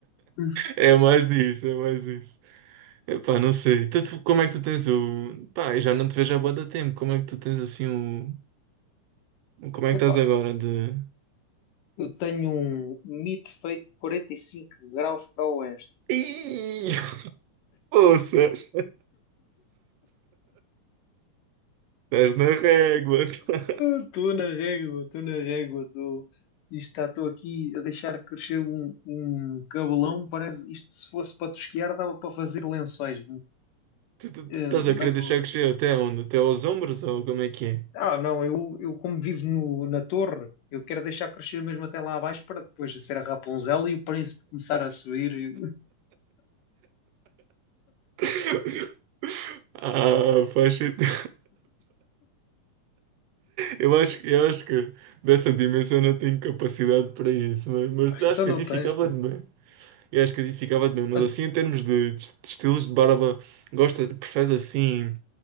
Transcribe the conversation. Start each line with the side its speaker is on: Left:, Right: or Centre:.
Left: Hum.
Right: É mais isso, é mais isso. Epá, não sei. Então, tu- como é que tu tens o. Pá, eu já não te vejo há bué de tempo. Como é que tu tens assim o. o- Como é
Left: Epá,
Right: que estás agora de.
Left: eu tenho um mito feito de 45 graus para o oeste.
Right: Ih, <laughs> Poças! Estás na régua! <laughs>
Left: Estou na régua, estou na régua, estou. Isto estou aqui a deixar crescer um, um cabelão. Parece isto se fosse para tosquiar, dava para fazer lençóis.
Right: Tu, tu- tu
Left: Eh,
Right: estás
Left: não-
Right: a querer deixar crescer até onde? Até aos ombros ou como é que é?
Left: ah, não, eu, eu como vivo no- na torre, eu quero deixar crescer mesmo até lá abaixo para depois ser a Rapunzel e o príncipe começar a subir.
Right: <laughs> Ah, faz sentido. Eu acho, eu acho que dessa dimensão não tenho capacidade para isso, mas, mas
Left: Pá,
Right: acho
Left: Então
Right: que
Left: não
Right: a ti
Left: tens,
Right: ficava
Left: pô.
Right: de bem. Eu acho que a ti ficava de bem, mas
Left: Ah,
Right: assim, em termos de, de estilos de barba, gosta, preferes assim,